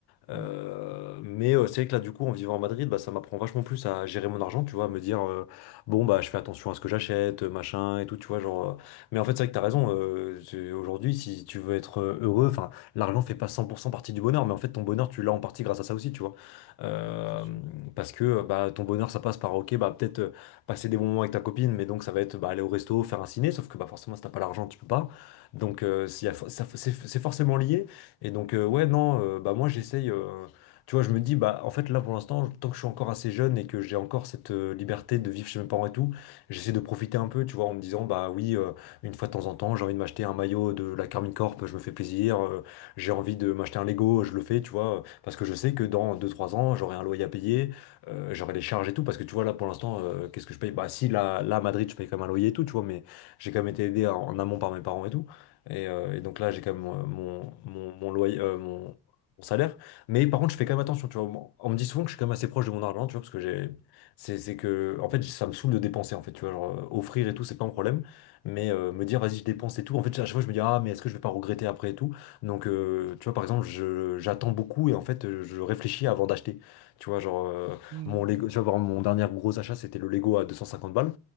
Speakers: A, on the left (about 85°); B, on the right (about 80°).
A: Euh,
B: Mm.
A: mais euh, c'est vrai que là, du coup, en vivant à Madrid, bah, ça m'apprend vachement plus à gérer mon argent, tu vois, à me dire, euh, bon, bah, je fais attention à ce que j'achète, euh, machin, et tout, tu vois, genre. euh, Mais en fait, c'est vrai que t'as raison, euh, c'est- aujourd'hui, si tu veux être euh, heureux, enfin, l'argent fait pas 100% partie du bonheur, mais en fait, ton bonheur, tu l'as en partie grâce à ça aussi, tu vois. Euh,
B: Ah oui, c'est sûr.
A: parce que, euh, bah, ton bonheur, ça passe par, ok, bah, peut-être euh, passer des bons moments avec ta copine, mais donc, ça va être, bah, aller au resto, faire un ciné, sauf que, bah, forcément, si t'as pas l'argent, tu peux pas. Donc, euh, s'il y a fo- ça- c'est c'est forcément lié. Et donc, euh, ouais, non, euh, bah moi j'essaye. euh, tu vois, je me dis, bah en fait, là pour l'instant, tant que je suis encore assez jeune et que j'ai encore cette euh, liberté de vivre chez mes parents et tout, j'essaie de profiter un peu, tu vois, en me disant, bah oui, euh, une fois de temps en temps, j'ai envie de m'acheter un maillot de la Carmine Corp, je me fais plaisir. euh, j'ai envie de m'acheter un Lego, je le fais, tu vois, parce que je sais que dans deux trois ans, j'aurai un loyer à payer, euh, j'aurai des charges et tout, parce que tu vois, là pour l'instant, euh, qu'est-ce que je paye? Bah si, là, là, à Madrid, je paye quand même un loyer et tout, tu vois, mais j'ai quand même été aidé en en amont par mes parents et tout. Et, euh, et donc là, j'ai quand même euh, mon, mon, mon loyer, euh, mon, mon salaire. Mais par contre, je fais quand même attention, tu vois. On on me dit souvent que je suis quand même assez proche de mon argent, tu vois, parce que j'ai, c'est, c'est que, en fait, ça me saoule de dépenser, en fait, tu vois, genre, euh, offrir et tout, c'est pas un problème. Mais euh, me dire, vas-y, je dépense et tout, en fait, à chaque fois, je me dis, ah, mais est-ce que je vais pas regretter après et tout? Donc, euh, tu vois, par exemple, je, j'attends beaucoup et en fait, euh, je réfléchis avant d'acheter. Tu vois, genre, euh,
B: Mm.
A: mon Lego, tu vois, par exemple, mon dernier gros achat, c'était le Lego à 250 balles.